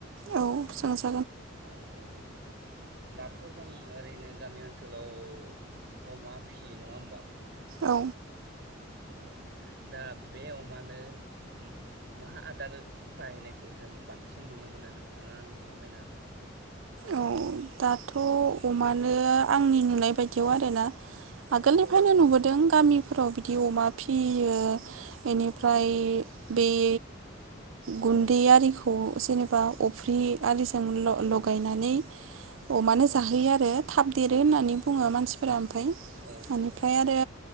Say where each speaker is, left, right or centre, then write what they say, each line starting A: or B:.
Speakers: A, on the right; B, on the right.
A: औ सोंजा
B: औ औ दाथ जों ओरैनो गामि ओनसोलाव अमा फिसियो नङा होमबा?
A: औ।
B: औ दा बे अमानो मा-मा आदार बाहायनायखौ जों बांसिन नुनो मोनो नोंथाङा आंनो फोरमायनो हागोन ना?
A: औ दाथ
B: औ
A: अमानो आंनि नुनाय बाय दियाव आरोना आगोलनिफ्रायनो
B: औ औ
A: नुबोदों गामिफोराव बिदि
B: औ
A: अमा फियो बेनिफ्राय
B: औ
A: बेय गुन्दै आरिखौ जेनेबा अफ्रि आलिजों ल-लगायनानै
B: औ
A: अमानो
B: औ
A: जाहोयो आरो थाब देरो होननानै बुङो मानसिफोरा ओमफाय
B: औ
A: इनिफ्राय आरो